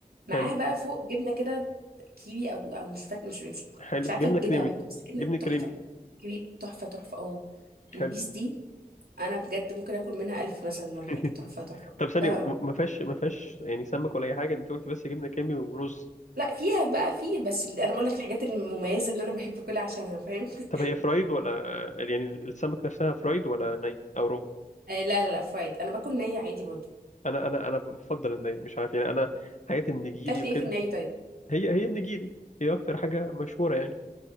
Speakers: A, on the right; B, on the left.
A: معاها
B: حلو
A: بقى فوق جبنه كده كيوي او او مش فاكر مش مش,
B: حلو
A: مش عارفه
B: جبنه
A: تجيبها
B: كريمي
A: برضه بس جبنه
B: جبنه كريمي
A: تحفه كيوي تحفه تحفه اه البيس
B: حلو
A: دي انا بجد ممكن اكل منها الف مثلا
B: <laughs>
A: ولا حاجه تحفه تحفه
B: طب
A: بحبها
B: ثانيه
A: قوي
B: م- ما فيهاش ما فيهاش يعني سمك ولا اي حاجه انت قلت بس جبنه كريمي ورز
A: لا فيها بقى فيه بس ال- انا بقول لك الحاجات المميزه اللي انا بحب اكلها عشانها فاهم <laughs>
B: طب هي فرايد ولا يعني السمك نفسها فرايد ولا ني او رو
A: آه، لا لا لا فرايد انا باكل نيه عادي برضه
B: انا انا انا بفضل الني مش عارف يعني انا حاجات النجيري
A: كلت
B: وكده
A: ايه في الني طيب
B: هي هي النجيري هي اكتر حاجه مشهوره يعني